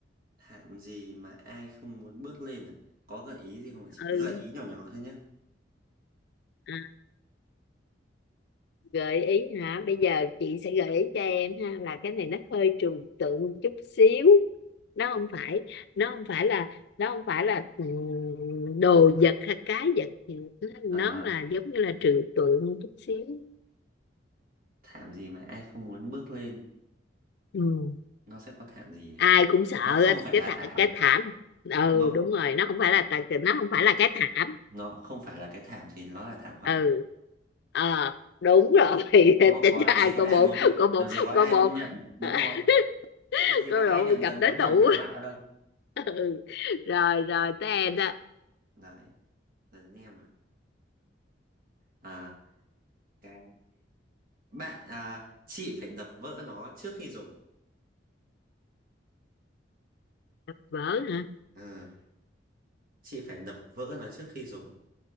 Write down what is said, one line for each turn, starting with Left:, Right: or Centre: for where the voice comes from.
Right: thảm gì mà ai không muốn bước lên à có gợi ý gì không hả chị
Left: ừ
Right: gợi ý nhỏ nhỏ thôi nhé
Left: à, gợi ý hả bây giờ chị sẽ gợi ý cho em ha là cái này nó hơi trừu tượng một chút xíu nó không phải nó không phải là nó không phải là ừ, đồ vật hay cái vật gì. nó nó
Right: ờ
Left: là giống như là trừu tượng một chút xíu
Right: thảm gì mà ai không muốn bước lên
Left: ừ.
Right: nó sẽ có thảm gì nhỉ
Left: ai cũng sợ
Right: nó không
Left: á,
Right: phải
Left: cái
Right: là
Left: thả,
Right: thảm
Left: cái thảm ừ
Right: nó
Left: đúng rồi nó không phải là tà nó không phải là cái thảm
Right: nó không phải là cái thảm thì nó là thảm họa
Left: ừ ờ đúng rồi <laughs>
Right: nó có
Left: tính
Right: có
Left: ra
Right: làm
Left: ai
Right: gì có
Left: cô
Right: ai
Left: bộ
Right: muốn
Left: cô bộ
Right: làm gì có ai
Left: cô bộ
Right: nhận đúng
Left: <laughs>
Right: rồi làm gì
Left: cô
Right: có ai
Left: bộ
Right: nhận
Left: gặp
Right: được
Left: đối
Right: muốn nhận
Left: thủ
Right: thảm họa đâu
Left: <laughs> ừ. rồi rồi tới em đó
Right: đấy đấy anh em à À, Cái bạn à, chị phải đập vỡ nó trước khi dùng.
Left: đập vỡ hả
Right: Ờ, chị phải đập vỡ nó trước khi dùng.